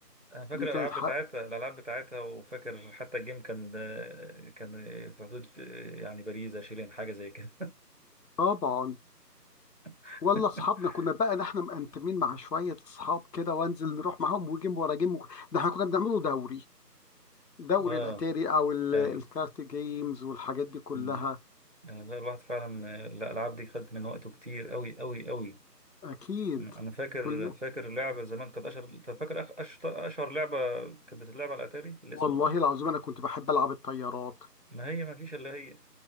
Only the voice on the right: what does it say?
أنا فاكر
الألعاب
بتاعتها الألعاب بتاعتها وفاكر حتى الجيم كان كان في حدود يعني باريزا شيلين حاجة زي كده
<laughs>
آه
أيوه
مم. يعني والله الواحد فعلا آه، الالعاب دي خدت من وقته كتير قوي قوي قوي
انا أنا فاكر
فاكر لعبه زمان كانت اشهر طب فاكر أخ- اشهر اشهر لعبه كانت بتتلعب على الاتاري الاسود
ده
ما هي ما فيش الا هي